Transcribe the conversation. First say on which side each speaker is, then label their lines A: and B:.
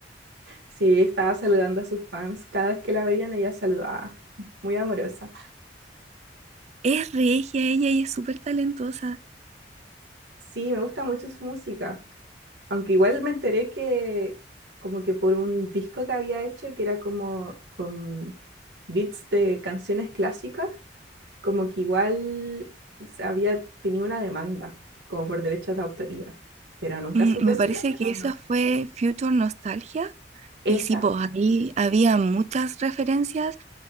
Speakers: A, on the right (about 70°); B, on the right (about 40°).
A: Sí, estaba saludando a sus fans. Cada vez que la veían, ella saludaba. Muy amorosa.
B: Es regia ella y es súper talentosa.
A: Sí, me gusta mucho su música. Aunque igual me enteré que como que por un disco que había hecho que era como con beats de canciones clásicas, como que igual se había tenido una demanda, como por derechos de autoría, pero nunca
B: Mm,
A: supe
B: me
A: si
B: parece
A: la
B: que
A: ganó
B: esa
A: o no.
B: fue Future Nostalgia.
A: Esa,
B: Y sí, pues ahí había muchas referencias,